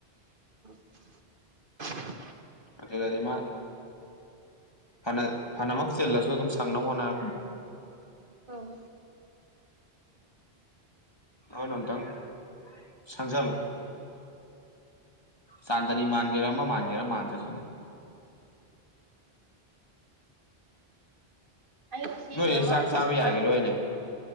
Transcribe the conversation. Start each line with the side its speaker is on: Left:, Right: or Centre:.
Right: <unintelligible>
Left: ꯑꯗꯨꯗꯗꯤ ꯃꯥꯅ ꯐꯅ ꯐꯅꯃꯛ ꯆꯤꯜꯂꯁꯨ ꯑꯗꯨꯝ ꯁꯪꯅꯕ ꯍꯣꯠꯅꯔꯛꯀꯅꯤ
Right: ꯑ
Left: ꯑꯅꯇꯪ ꯁꯪꯖꯜꯣ ꯆꯥꯟꯗꯅꯤ ꯃꯥꯟꯒꯦꯔ ꯑꯃ ꯃꯥꯟꯒꯦꯔ ꯃꯥꯥꯟꯖꯁꯅꯨ
Right: ꯑꯩ ꯉꯁꯤꯗꯣ
Left: ꯅꯣꯏ
Right: ꯃꯥꯗꯤ
Left: ꯆꯥꯛ ꯆꯥꯕ ꯌꯥꯒꯤꯔꯣꯏ
Right: ꯊꯥꯔꯠ
Left: ꯅꯦ